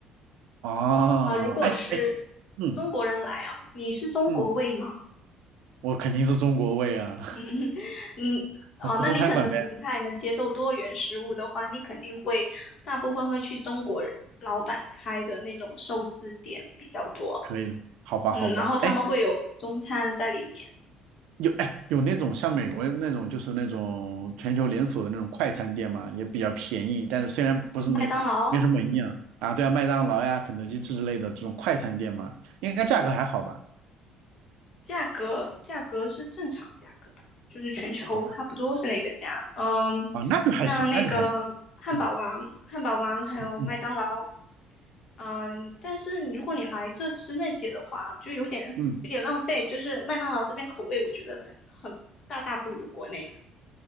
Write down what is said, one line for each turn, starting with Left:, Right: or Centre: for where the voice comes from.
Right: 哦，
Left: 啊、如果是
Right: 哎哎，嗯
Left: 中国人来哦，你是中国胃吗？
Right: 嗯。我肯定是中国胃啊，
Left: <laughs> 嗯嗯哦，
Right: <laughs> 做中餐馆呗，
Left: 那你可能不太能接受多元食物的话，你肯定会大部分会去中国老板开的那种寿司店比较多，
Right: 可以，好吧，
Left: 嗯，
Right: 好吧，
Left: 然后他们会有中餐在里面，
Right: 哎，有哎有那种像美国那种就是那种全球连锁的那种快餐店嘛，也比较便宜，但是虽然不是没没什么营养啊，
Left: 嗯麦当劳。
Right: 对啊，麦当劳呀、肯德基之类的这种快餐店嘛，应该价格还好吧？
Left: 价格价格是正常价格吧，就是全球差不多是那个价。
Right: 好吧，
Left: 嗯，
Right: 啊，那就还行，
Left: 像那个汉堡王、
Right: 那就还行，嗯
Left: 汉堡王还有麦当劳，
Right: 嗯
Left: 嗯，但是如果你来这吃那些的话，就有点有点浪费。
Right: 嗯。
Left: 就是麦当劳这边口味，我觉得很很大大不如国内的。